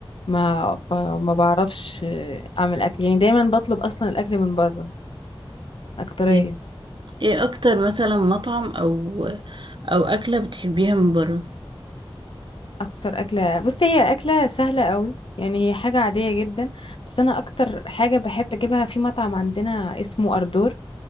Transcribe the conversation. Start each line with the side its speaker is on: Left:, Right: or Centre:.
Left: ما ف- ما بعرفش آه، اعمل اكل يعني دايما بطلب اصلا الاكل من بره اكترية
Right: ايه إيه اكتر مثلا مطعم او او اكلة بتحبيها من بره
Left: اكتر اكلة بصي هي اكلة سهلة قوي يعني هي حاجة عادية جدا بس انا اكتر حاجة بحب اجيبها في مطعم عندنا اسمه اردور